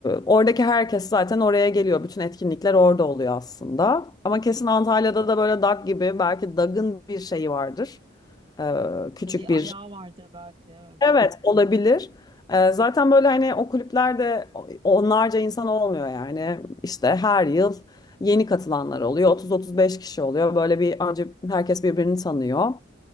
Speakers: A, on the left; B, on the right.
A: oradaki herkes zaten oraya geliyor. Bütün etkinlikler orada oluyor aslında. Ama kesin Antalya'da da böyle DAG gibi belki DAG'ın bir şeyi vardır. Ee,
B: Burada
A: küçük
B: bir
A: bir
B: ayağı vardır belki evet.
A: Evet olabilir. Ee, zaten böyle hani o kulüplerde onlarca insan olmuyor yani. İşte her yıl yeni katılanlar oluyor. 30-35 kişi oluyor. Böyle bir önce herkes birbirini tanıyor.